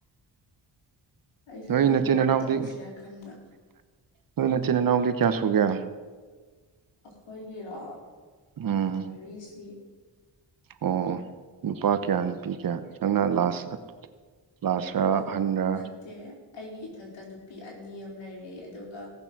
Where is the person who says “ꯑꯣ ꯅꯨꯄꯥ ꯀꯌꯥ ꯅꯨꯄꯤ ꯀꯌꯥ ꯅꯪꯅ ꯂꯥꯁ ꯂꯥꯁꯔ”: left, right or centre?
Right